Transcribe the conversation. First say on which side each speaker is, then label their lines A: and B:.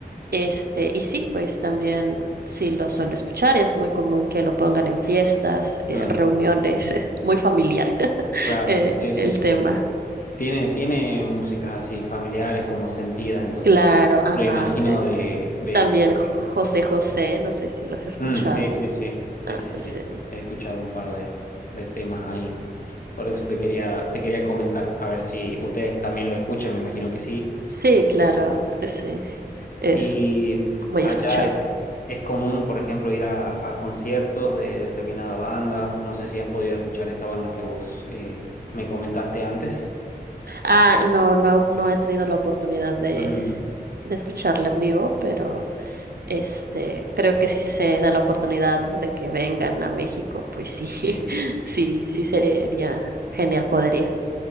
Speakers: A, on the right; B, on the left.
A: Este, y sí, pues también sí lo suelo escuchar, es muy común que lo pongan en fiestas, eh,
B: mm,
A: reuniones, <laughs> muy familiar <laughs>
B: claro,
A: eh,
B: sí, sí,
A: el
B: sí.
A: tema.
B: Tiene, tiene músicas así familiares, como sentidas, entonces
A: Claro, ajá.
B: lo imagino
A: eh,
B: de, de
A: también
B: ese aspecto.
A: Jo- José José, no sé si los he escuchado.
B: Mm, sí, sí, sí, sí,
A: Ah,
B: sí, sí.
A: sí.
B: He escuchado un par de, de temas ahí. Por eso te quería, te quería comentar, a ver si ustedes también lo escuchan, me imagino que sí.
A: Sí, claro, eh, sí, es
B: Y
A: muy
B: allá
A: escuchado.
B: es, es común, por ejemplo, ir a, a conciertos de determinada banda. No sé si has podido escuchar esta banda que vos eh, me comentaste antes.
A: Ah, no, no, no he tenido la oportunidad de,
B: Ujú,
A: de escucharla en vivo, pero este, creo que si se da la oportunidad de que vengan a México, pues sí, <laughs>
B: Sí,
A: sí, sí sería genial poder ir.